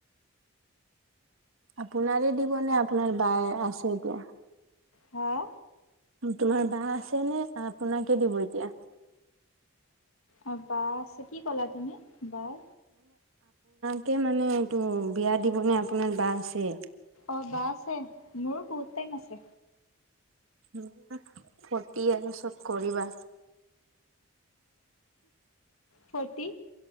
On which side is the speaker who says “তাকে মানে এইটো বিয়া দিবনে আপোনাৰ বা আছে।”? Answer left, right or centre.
Right